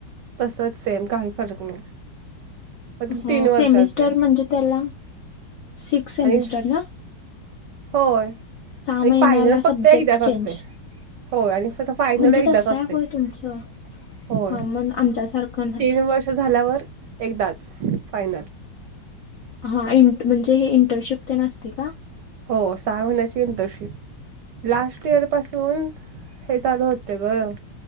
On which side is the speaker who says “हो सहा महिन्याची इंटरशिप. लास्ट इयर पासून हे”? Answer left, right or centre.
Right